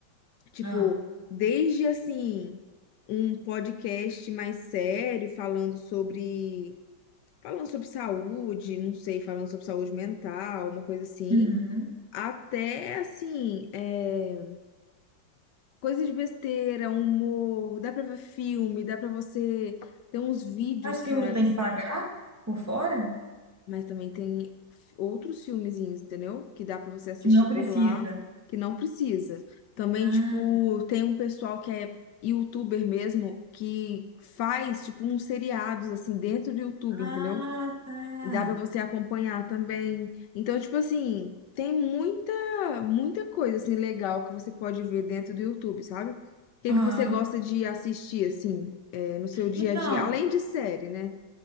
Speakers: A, on the left; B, on the right.
A: Tipo,
B: Ah.
A: desde assim, um podcast mais sério falando sobre. Falando sobre saúde, não sei, falando sobre saúde mental, uma coisa assim.
B: Uhum.
A: Até assim, é, coisa de besteira, humor, dá pra ver filme, dá pra você ter uns vídeos,
B: Mas
A: cara,
B: filme não tem que pagar por fora?
A: mas também tem f- outros filmezinhos, entendeu? Que dá pra você assistir
B: Que não precisa.
A: por lá, que não precisa. Também,
B: Ah,
A: tipo, tem um pessoal que é youtuber mesmo, que faz, tipo, uns seriados, assim, dentro do YouTube,
B: ah,
A: entendeu?
B: tá.
A: dá pra você acompanhar também. Então, tipo assim, tem muita, muita coisa assim legal que você pode ver dentro do YouTube, sabe? O que
B: Aham.
A: que você gosta de assistir assim, é, no seu dia
B: Então,
A: a dia, além de série, né?